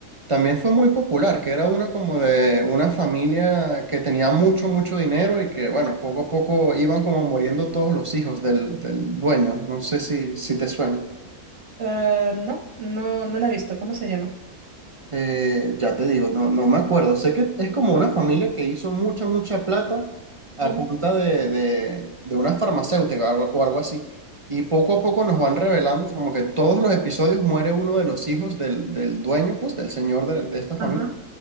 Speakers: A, on the right (about 35°); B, on the right (about 65°).
A: también fue muy popular, que era una como de una familia que tenía mucho, mucho dinero y que, bueno, poco a poco iban como muriendo todos los hijos del, del dueño. No sé si, si te suena.
B: Eh, no, no, no la he visto. ¿Cómo se llama?
A: Eh, ya te digo, no, no me acuerdo. Sé que es como una familia que hizo mucha, mucha plata a
B: Ujú.
A: punta de, de, de una farmacéutica o, o algo así. Y poco a poco nos van revelando como que todos los episodios muere uno de los hijos del, del dueño, pues, del señor de, de esta familia.
B: Ajá,